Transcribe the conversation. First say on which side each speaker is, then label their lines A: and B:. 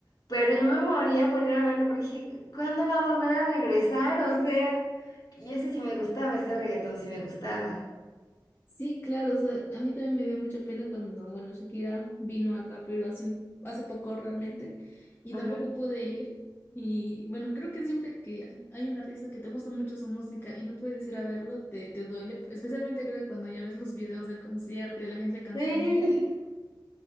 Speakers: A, on the left; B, on the left.
A: pero yo me moría por ir a verlo porque dije, ¿cuándo va a volver a regresar? O sea, y ese sí me gustaba, ese reggaetón sí me gustaba.
B: sí, claro, o sea, a mí también me dio mucha pena cuando, bueno, Shakira vino acá, pero hace, un- hace poco realmente y
A: Ajá.
B: tampoco pude ir. Y bueno, creo que siempre que hay un artista que te gusta mucho su música y no puedes ir a verlo, te, te duele, especialmente creo que cuando ya ves los videos del concierto y de la gente cantando.
A: Sí.